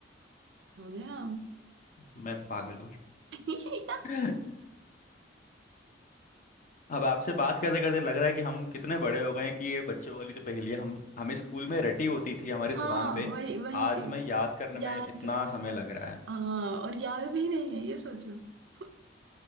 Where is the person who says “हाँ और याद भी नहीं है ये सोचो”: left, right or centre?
Right